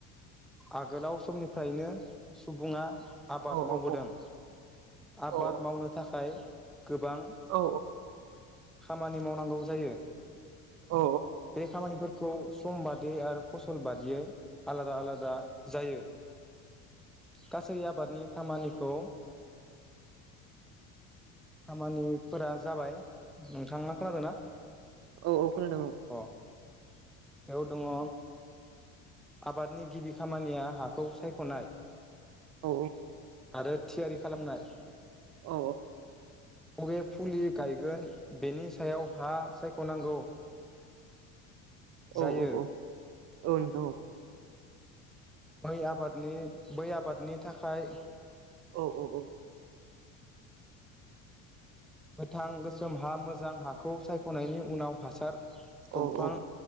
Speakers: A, in the centre; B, on the right.
A: आगोलाव समनिफ्रायनो सुबुङा आबाद
B: औ
A: मावबोदों
B: औ
A: आबाद
B: औ
A: मावनो थाखाय गोबां
B: औ
A: खामानि मावनांगौ जायो।
B: औ
A: बेे खामानि फोर। खौ सम बादियै आरो फसल बादियै आलादा आलादा जायो। गासै आबादनि खामानिखौ खामानिफोरा जाबाय नोंथाङा खोनादों ना
B: औ औ खोनादों
A: अ बेयाव दङ आबादनि गिबि खामानिया हाखौ सायख'नाय।
B: औ
A: आरो थियारि खालामनाय।
B: औ
A: बबे फुलि गायगोन बेनि सायाव हा सायख'नांगौ। <inaudible>
B: <unintelligible>
A: जायो बै आबादनि बै आबादनि थाखाय।
B: औ औ औ।
A: गोथां गोसोम हा मोजां हाखौ सायख'नायनि उनाव हासार। दमफां
B: औ औ